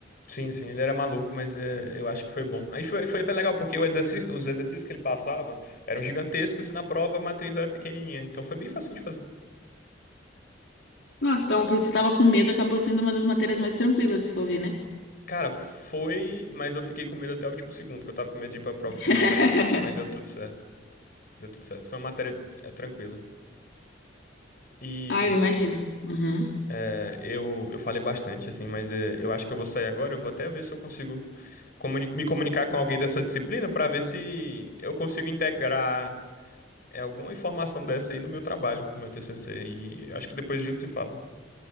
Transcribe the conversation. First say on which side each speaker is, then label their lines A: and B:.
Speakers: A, on the left; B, on the left.
A: Sim, sim, ele era maluco, mas é, eu acho que foi bom. Aí foi, foi até legal, porque o exerci- os exercícios que ele passava eram gigantescos e na prova a matriz era pequenininha, então foi bem fácil de fazer.
B: Nossa, então o que você tava com medo acabou sendo uma das matérias mais tranquilas, se for ver, né?
A: Cara, foi, mas eu fiquei com medo até o último segundo, que eu tava com medo de ir pra prova
B: <laughs>
A: final, mas, mas deu tudo certo. Deu tudo certo. Foi uma matéria eh, tranquila. E
B: Ah, eu imagino. Uhum.
A: É, eu, eu falei bastante, assim, mas é, eu acho que eu vou sair agora. Eu vou até ver se eu consigo comuni- me comunicar com alguém dessa disciplina para ver se eu consigo integrar é, alguma informação dessa aí no meu trabalho, no meu TCC. E acho que depois a gente se fala.